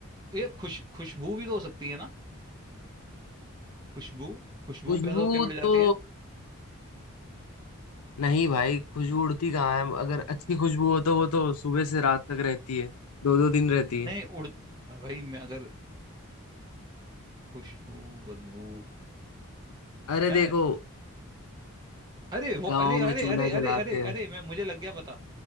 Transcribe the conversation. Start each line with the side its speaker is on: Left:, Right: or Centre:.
Right: ये खुश खुशबू भी तो हो सकती है ना खुशबू खुशबू
Left: खुशबू
Right: पैदा होते उड़ जाती
Left: तो
Right: है
Left: नहीं भाई खुशबू उड़ती कहाँ है अगर अच्छी खुशबू हो तो वो तो सुबह से रात तक रहती है दो दो दिन रहती है
Right: नहीं उड़ भाई मैं अगर खुशबू बदबू
Left: अरे
Right: क्या
Left: देखो
Right: है अरे वो
Left: गाँव
Right: अरे अरे
Left: में चूल्हा
Right: अरे अरे
Left: जलाते
Right: अरे
Left: हैं
Right: अरे मैं मुझे लग गया पता